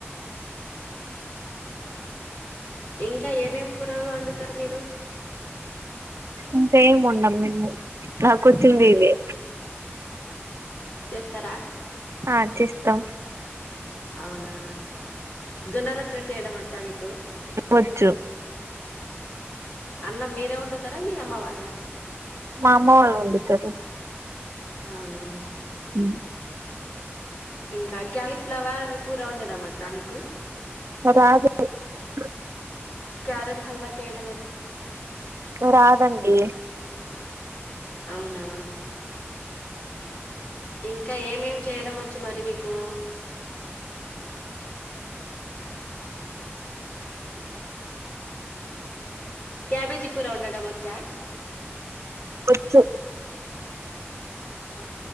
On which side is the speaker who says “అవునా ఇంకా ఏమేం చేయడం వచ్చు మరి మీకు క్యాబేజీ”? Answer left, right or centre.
Left